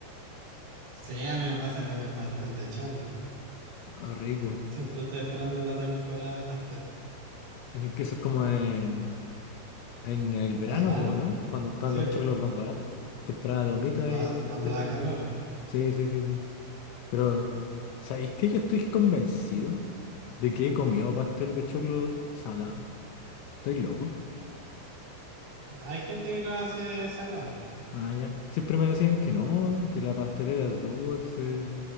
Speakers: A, on the right; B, on the left.
A: Sí, a mí me pasa con el pastel de choclo.
B: Ah, rico.
A: Siempre estoy esperando la temporada de pastel.
B: Es que eso es como en, en el verano,
A: Para verano.
B: po, ¿no? Cuando están
A: Sí,
B: los
A: pues,
B: choclos más baratos. Temporada de humita
A: cuando da,
B: y de pastel
A: cuando da
B: de choclo.
A: calor.
B: Sí, sí, sí, sí. Pero, ¿sabéis que yo estoy convencido de que he comido pastel de choclo salado? ¿Estoy loco?
A: Hay gente que lo hace salado.
B: Ah, ya. Siempre me decían que no, que la pastelera es dulce,